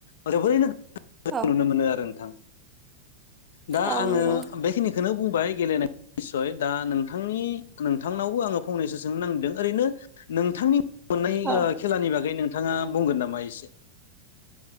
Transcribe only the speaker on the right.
औ
औ
नंगौ
औ